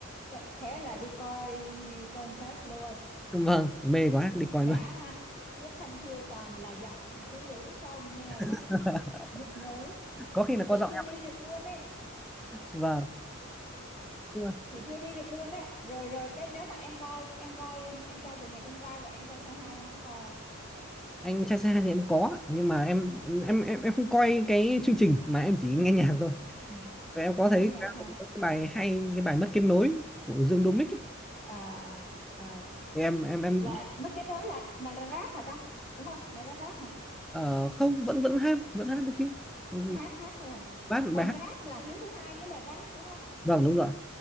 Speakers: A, on the left; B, in the centre.
A: Thế thế là đi coi concert luôn
B: vâng mê quá đi coi
A: đã
B: luôn
A: ha chiếc khăn phiêu toàn là giọng thứ dữ không nghe chắc
B: <laughs>
A: nhức nhối
B: có khi là
A: chị
B: có giọng
A: chưa
B: em
A: đi được luôn ấy
B: vâng Nhưng mà
A: chị chưa đi được luôn ấy rồi rồi cái nếu mà em coi em coi em anh trai vượt ngàn chông gai và anh trai say hi em có coi không
B: anh trai say hi thì em có nhưng mà em em em em không coi cái chương trình mà em chỉ nghe nhạc thôi
A: ừ.
B: và em có
A: nghe
B: thấy
A: nhạc
B: cái
A: hả
B: bài hay như cái bài mất kết nối của Dương Đô Mích ấy.
A: à, à, à.
B: Thì em em em
A: là mất cái đó là là rap hả ta đúng không bài đó rap hả
B: ờ, không vẫn vẫn hát vẫn hát được chứ Ừ,
A: hát hát thôi à
B: bài hát
A: còn
B: bài hát
A: rap là hiếu thứ hai mới là rap đúng không
B: vâng đúng rồi